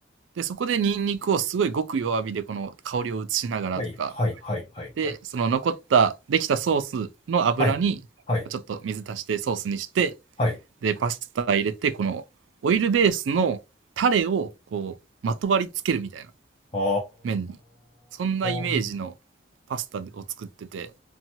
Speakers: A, on the right (about 80°); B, on the left (about 30°).
A: で、そこでニンニクをすごいごく弱火でこの香りを移しながらとか、
B: はい、はい、はい、はい、
A: で、
B: はい。
A: その残った、できたソースの油に、
B: はい、はい、
A: ちょっと水足してソースにして、
B: はい。
A: で、パスタ入れて、このオイルベースのタレをこう、まとわりつけるみたいな、
B: あ
A: 麺に。そんなイメージのパスタを作ってて、
B: ー。